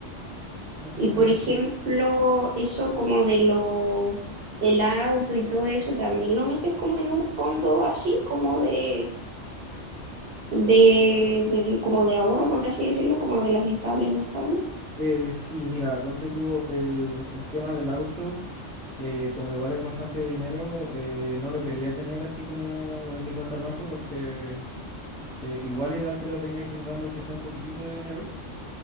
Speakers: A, in the centre; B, on the right.
A: así
B: Y
A: me
B: por
A: gusta.
B: ejemplo, eso como de lo del auto y todo eso, ¿también lo metes como en un fondo así, como de, de, de- como de ahorro, por así decirlo, como de las estables y no estables?
A: Eh, sí, mira, ponte tú el, el tema del auto, eh, como igual es bastante dinero, eh, no lo quería tener así como en mi cuenta al banco porque eh, igual ideal que lo tengáis generando aunque sea un poquitito de dinero.